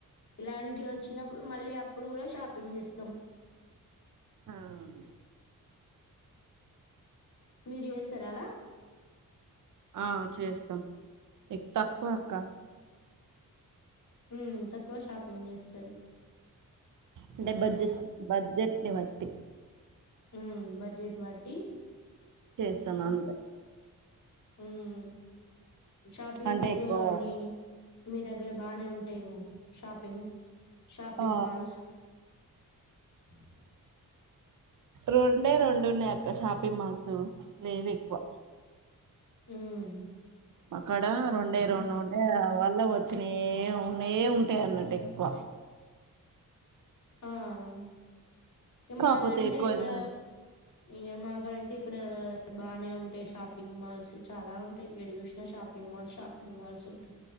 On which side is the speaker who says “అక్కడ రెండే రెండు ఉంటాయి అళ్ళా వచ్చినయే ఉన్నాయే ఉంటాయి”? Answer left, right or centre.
Right